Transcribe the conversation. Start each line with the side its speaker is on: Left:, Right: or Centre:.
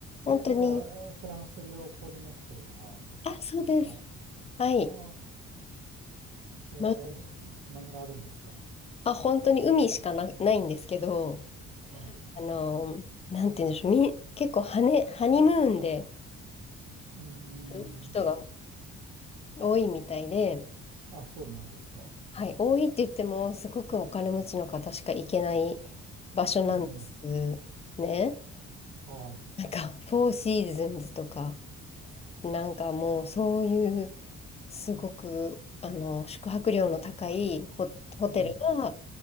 Left: 本当に、
Right: ー。え、じゃあ、えフランス領ポリネシアとかですか
Left: あ、そうです。はい。
Right: ああー。えー何があるんですか
Left: まあ、本当に海しかな、ないんですけど、
Right: はい。
Left: あのーなんて言うんでしょう、み、結構ハネ、ハニムーンで
Right: うーん。
Left: 行く人が多いみたいで、
Right: あ、そうなんですか。
Left: はい、多いって言っても、すごくお金持ちの方しか行けない場所なんです
Right: うん。
Left: ね。
Right: はい。
Left: なんか、<laughs> フォーシーズンズとか、なんかもうそういう、すごく、あの、宿泊料の高いホ、ホテルが、
Right: うん。